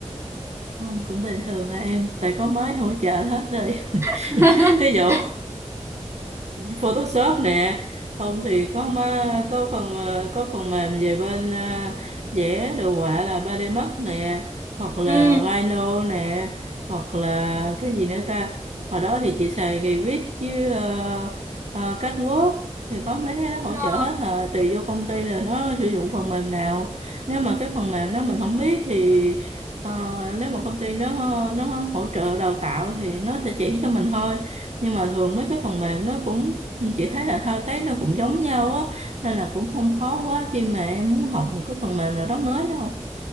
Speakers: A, on the right; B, on the right.
A: Không, cũng bình thường à em, tại có máy hỗ trợ hết rồi.
B: <laughs>
A: <laughs> Thí dụ, Photoshop nè không thì có ma- có phần ờ, có phần mềm về bên ờ, vẽ đồ họa là 3D Max nè hoặc là
B: Ừ.
A: Rhino nè hoặc là cái gì nữa ta hồi đó thì chị xài Revit với ờ, ờ, CatWalk thì có mấy cái đó
B: Ờ,
A: hỗ trợ hết à. tùy vô công ty là nó sử dụng phần mềm nào nếu mà cái phần mềm đó mình không biết thì ờ, nếu mà công ty nó nó hỗ trợ đào tạo thì nó sẽ chỉ cho mình thôi nhưng mà thường mấy cái phần mềm nó cũng chị thấy là thao tác nó cũng giống nhau á nên là cũng không khó quá khi mà em muốn học một cái phần mềm nào đó mới đâu